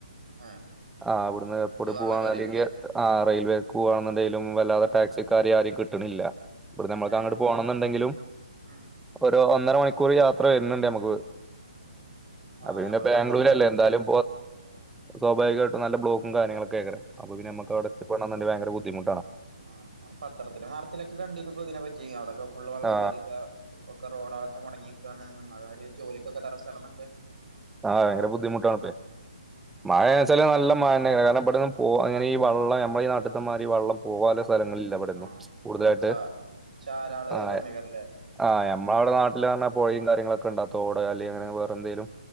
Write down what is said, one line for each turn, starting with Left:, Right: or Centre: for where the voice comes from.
Right: ഏഹ്
Centre: ആ അവിടുന്ന് എപ്പോടെ
Right: ഈ വള്ളം
Centre: പോവാണ
Right: കേറിയിട്ടില്ലേ
Centre: അല്ലെങ്കിൽ ആ റെയിൽവേ പോവാണു എന്തും വല്ലാതെ
Right: ഉം
Centre: ടാക്സിക്കാര് ആും കിട്ടണില്ല ഇ നമ്മക്ക്
Right: ഏഹ്
Centre: അങ്ങോട്ട് പോണം എന്നുണ്ടെങ്കിലും
Right: ഉം
Centre: ഒരു ഒന്നര മണിക്കൂർ യാത്ര വരുന്നുണ്ട് നമുക്ക്
Right: ആഹ്
Centre: ് പിന്നെ
Right: ഞമ്മള്
Centre: ബാംഗ്ലൂര്ലല്ലേ
Right: പത്രത്തില്
Centre: എന്താലും സ്വാഭാവികമായിട്ടും നല്ല ബ്ലോക്കും കാര്യങ്ങളൊക്കെ ആഗം അപ്പ പിന്ന നമു അവിടു എണന്ന ഭയങ്ക ബുധിമുട്ടാണ്
Right: ആ പത്രത്തില മാർത്തിലൊക്കെ കണ്ടപ്പോൊ ഇതിനെ പറ്റി അവിടൊക്കെ ഫുള് വെള്ളം
Centre: ആ
Right: കറ ഒക്കെ റോഡുകളൊക്കെ മുടങ്ങിിക്കയ അതതിരി ജോലിക്കൊക്കെ തടസ്സണ എന്നൊക്കെ
Centre: ആഹ ഭയങ്കര ബുദ്ധിമുട്ടാണ് ഇപ്പെ മഴ വെച്ചാല് നല്ല മഴന്ന കാരണം ഇവിടെന്ന് പോ അങ്ങനെ ഈ വെം നമ്മള ഈ നാട്ടത്തന്മാർഈ വെള്ളം പോകല്ലോ സ്ഥലങ്ങളില്ല അവിടെുന്നു
Right: ആഹ്
Centre: കൂടുതലായിട്ട്
Right: ആഹ് ചാ ചാലാള്
Centre: ആ
Right: കമ്മിയേക്കാരല്ലേ ആഹ്
Centre: ആ് നഞമ്മളടെ നാട്ടിൽ പറഞ്ഞാ പോയി കാര്യങ്ങളൊക്കെ ഉണ്ടോ അല്ലെ അങ്ങനെ വേറെ എന്തേലും